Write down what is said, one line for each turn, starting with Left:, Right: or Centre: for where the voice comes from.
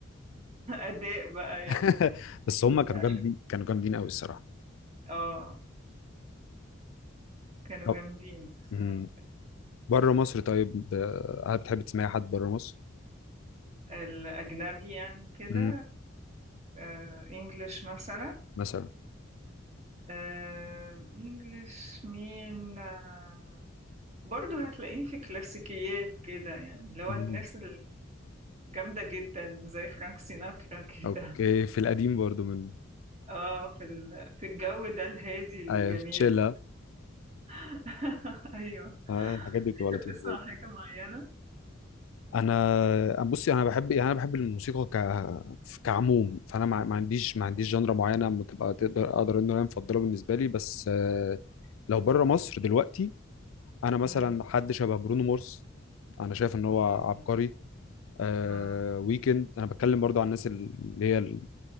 Right: اداء بقى يعني
Left: <laughs>
Right: <laughs> نحن
Left: بس هم
Right: لا
Left: كانوا جامدين كانوا جامدين قوي الصراحه
Right: اه كانوا
Left: طب
Right: جامدين بصراحة
Left: مم. بره مصر طيب آه، هل بتحب تسمعي حد بره مصر
Right: الأجنبي يعني كده
Left: مم.
Right: آه، انجلش مثلا
Left: مثلا
Right: آه، انجلش مين آه، برضو هتلاقيه في كلاسيكيات كده يعني لو
Left: مم.
Right: الناس جامدة جدا زي فرانك سيناترا كده
Left: اوكي في القديم برضو من
Right: اه في ال... في الجو ده الهادي الجميل
Left: آه، في تشيلا
Right: <laughs> ايوه
Left: آه، الحاجات دي بتبقى
Right: انت
Left: لطيفه
Right: بتسمع حاجة معينة؟
Left: انا بصي انا بحب يعني انا بحب الموسيقى ك كعموم فانا ما ما عنديش ما عنديش جنرا معينه بتبقى تقدر اقدر ان انا مفضله بالنسبه لي بس آه، لو بره مصر دلوقتي انا مثلا
Right: امم
Left: حد شبه برونو مارس انا شايف ان هو
Right: اوكي
Left: عبقري آه
Right: اه
Left: ويكند انا بتكلم برضو عن الناس اللي هي ال-